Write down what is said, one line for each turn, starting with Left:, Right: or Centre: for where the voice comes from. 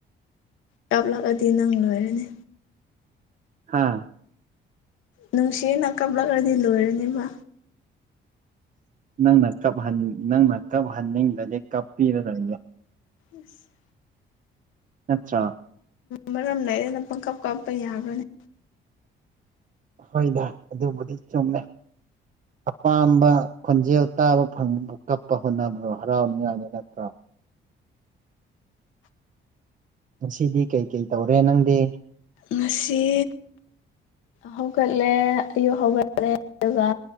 Left: ꯀꯥꯞꯂꯛꯑꯗꯤ ꯅꯪ ꯂꯣꯏꯔꯅꯤ
Right: ꯍꯥꯥ
Left: ꯅꯨꯡꯁꯤ ꯅ ꯀꯕ ꯂꯒꯔꯗꯤꯜꯂꯨ ꯑꯣꯏꯔꯅꯤꯕ
Right: ꯅꯪꯅ ꯀꯞ ꯅꯪꯅ ꯀꯞ ꯍꯟꯅꯤꯡꯗꯗꯤ ꯀꯞ ꯄꯤꯔ ꯂꯩꯒ
Left: ꯑꯁ
Right: ꯅꯠꯇ꯭ꯔꯥ
Left: ꯃꯔꯝ ꯂꯩꯔꯩꯅ ꯄꯪꯀꯥꯞ ꯀꯥꯞꯄ ꯌꯥꯕ꯭ꯔꯅꯦ
Right: ꯍꯣꯏꯗ ꯑꯗꯨꯕꯨꯗꯤ ꯆꯨꯝꯃꯦ ꯑꯄꯥꯝꯕ ꯈꯣꯟꯖꯦꯜ ꯇꯥꯕ ꯐꯪꯕꯕꯨ ꯀꯞꯄ ꯍꯣꯠꯅꯕ꯭ꯔꯣ ꯍꯔꯥꯎꯅꯤꯉꯥꯏꯅꯤ ꯅꯠꯇ꯭ꯔꯣ ꯉꯁꯤꯗꯤ ꯀꯩꯀꯩ ꯇꯧꯔꯦ ꯅꯪꯗꯤ
Left: ꯉꯁꯤ ꯍꯧꯒꯠꯂꯦ ꯑꯌꯨꯛ ꯍꯧꯒꯠꯂꯂꯦ ꯑꯗꯨꯒ